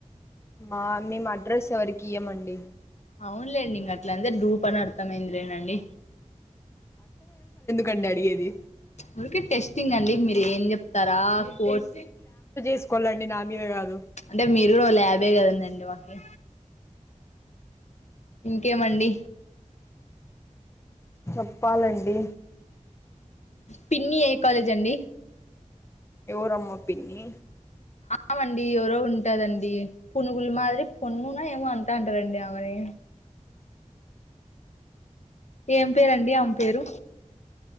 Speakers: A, on the left (about 20°); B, on the left (about 60°).
A: మా మేము అడ్రస్ ఎవరికి ఇయమండి
B: అవునులేండి ఇంగ అట్ల అంతే డూప్ అని అర్థమైంది రేనండి
A: కండి అడిగేది
B: ఊరికే టెస్టింగ్ అండి మీరు ఏం చెప్తారా కోర్స్
A: ఎస్కోలాండి నా మీద కాదు
B: అంటే మీరు ల్యాబే కదందండి మాకి ఇంకేమండి
A: చెప్పాలండి
B: పిన్ని ఏ కాలేజ్ అండి
A: ఎవరమ్మ అమ్మ పిన్ని
B: ఆమండి ఎవరో ఉంటదండి పునుగుల మాదిరి పున్నునో ఏమో అంటా అంటారండి ఆమెని ఏం పేరండి ఆమె పేరు